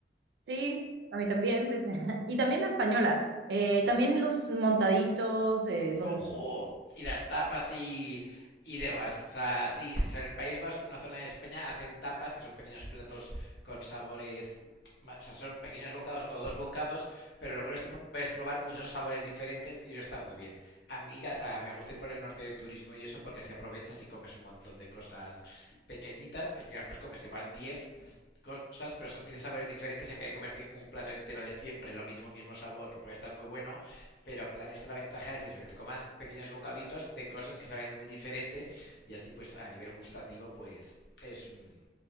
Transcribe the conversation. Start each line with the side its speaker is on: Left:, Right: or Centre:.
Right: Sí, a mí también, pues. <laughs> Y también la española. Eh, también los montaditos eh, son
Left: ¡Ojo! Y las tapas y, y demás. O sea, sí, o sea, en el País Vasco, en una zona de España, hacen tapas, que son pequeños platos con sabores. O sea, son pequeños bocados o dos bocados, pero lo bueno es que puedes probar muchos sabores diferentes y eso está muy bien. Amiga, o sea, me gusta ir por el norte de turismo y eso porque así aprovechas y comes un montón de cosas pequeñitas, que al final pues comes igual diez cosas, pero son 10 sabores diferentes en vez de comerte un plato entero de siempre, lo mismo, mismo sabor, que puede estar muy bueno, pero plan esto la ventaja es eso, que te comas pequeños bocaditos de cosas que saben muy diferente y así pues a nivel gustativo pues es un,